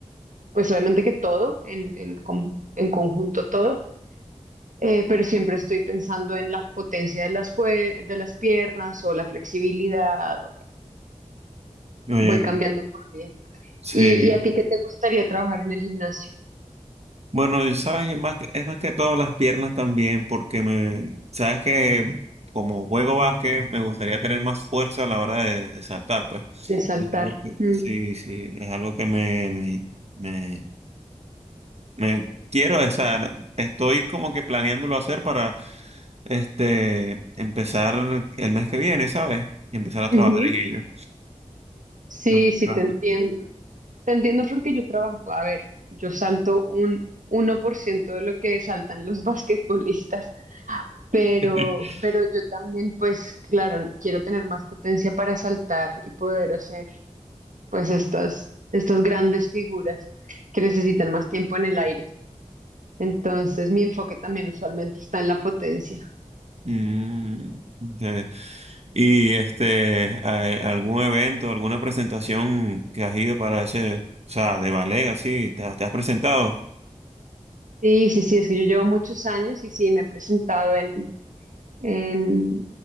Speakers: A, on the right; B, on the right.
A: pues obviamente que todo, en, en, con- en conjunto todo. Eh, pero siempre estoy pensando en la potencia de las, fue- de las piernas o la flexibilidad.
B: Oye,
A: Voy cambiando por día.
B: Sí,
A: ¿Y, y a ti qué te gustaría trabajar en el gimnasio?
B: bueno, y sabes, es más que, es más que todo las piernas también, porque me, sabes que como juego básquet me gustaría tener más fuerza a la hora de, de saltar, pues.
A: De saltar.
B: Es algo que-
A: Mm.
B: sí, sí, es algo que me, me, me, me quiero, o sea, estoy como que planeándolo hacer para este empezar el mes que viene, ¿sabes? Y empezar a trabajar
A: Ujú.
B: en ello.
A: Sí,
B: No,
A: sí,
B: qué bastante.
A: te entiendo. Te entiendo porque yo trabajo, a ver, yo salto un uno por ciento de lo que saltan los <laughs> basquetbolistas, pero,
B: <laughs>
A: pero yo también, pues claro, quiero tener más potencia para saltar y poder hacer pues estas, estas grandes figuras que necesitan más tiempo en el aire. Entonces, mi enfoque también usualmente está en la potencia.
B: Mm, sí. ¿Y este, a- eh, algún evento, alguna presentación que has ido para ese, o sea, de ballet, así, te, te has presentado?
A: Sí, sí, sí, es que yo llevo muchos años y sí, me he presentado en, en,